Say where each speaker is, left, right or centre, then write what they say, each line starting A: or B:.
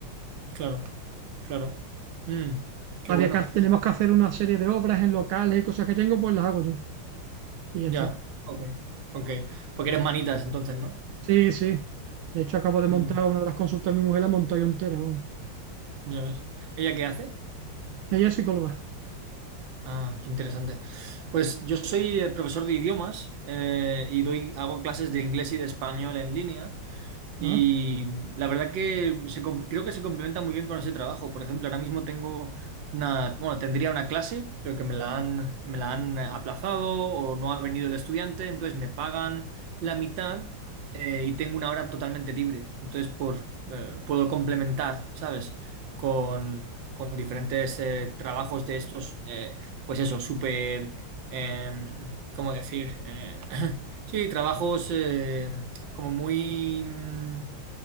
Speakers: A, on the right (about 65°); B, on the right (about 80°).
A: Claro, claro. Mm, qué
B: Había
A: bueno.
B: que, tenemos que hacer una serie de obras en locales y cosas que tengo, pues las hago yo y ya
A: Ya,
B: está.
A: ok, ok. Porque eres manitas entonces, ¿no?
B: Sí, sí. De hecho, acabo de
A: Mm,
B: montar una de las consultas de mi mujer, la monté yo entera. vamos.
A: ya ves. ¿Ella qué hace?
B: Ella es psicóloga.
A: Ah, qué interesante. Pues yo soy eh, profesor de idiomas eh, y doy, hago clases de inglés y de español en línea. Y
B: Ajá.
A: la verdad que se com- creo que se complementa muy bien con ese trabajo. Por ejemplo, ahora mismo tengo una, bueno, tendría una clase, pero que me la han, me la han aplazado o no ha venido el estudiante, entonces me pagan la mitad eh, y tengo una hora totalmente libre. Entonces, por, eh, puedo complementar, ¿sabes? Con, con diferentes eh, trabajos de estos, eh, pues eso, súper, em, ¿cómo decir? Eh, <clears throat> sí, trabajos... eh, como muy mm,